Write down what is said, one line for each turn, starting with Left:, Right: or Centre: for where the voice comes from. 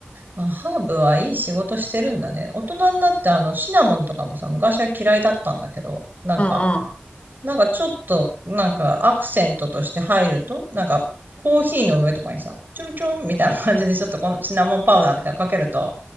Right: あ、ハーブはいい仕事してるんだね。大人になってあのシナモンとかもさ、昔は嫌いだったんだけど、なんか、
Left: うんうん。
Right: なんかちょっと、なんかアクセントとして入ると、なんかコーヒーの上とかにさ、ちょろちょろみたいな感じでちょっとこのシナモンパウダーみたいなのかけると、あ